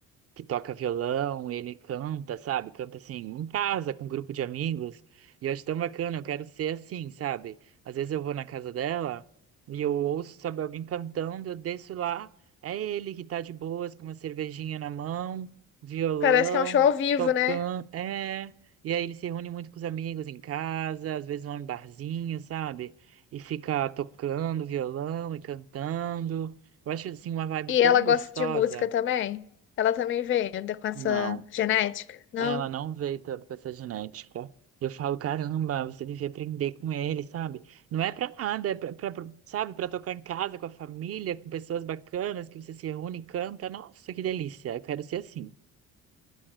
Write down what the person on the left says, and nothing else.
Parece que é um show ao vivo,
né?
E
ela
gosta de música também? Ela também veio com essa
genética? Não?